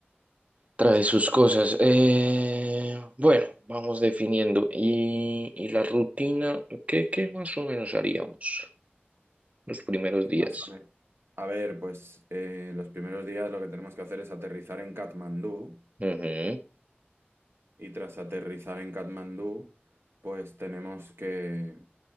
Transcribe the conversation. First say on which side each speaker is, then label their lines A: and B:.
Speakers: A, on the right (about 35°); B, on the right (about 80°).
A: Trae sus cosas. Eh, bueno, vamos definiendo. Y, y la rutina, ¿qué, qué más o menos haríamos los primeros
B: ¿Qué
A: días?
B: más? A ver, A ver, pues eh, los primeros días lo que tenemos que hacer es aterrizar en Katmandú.
A: Ujú,
B: Y tras aterrizar en Katmandú, pues tenemos que,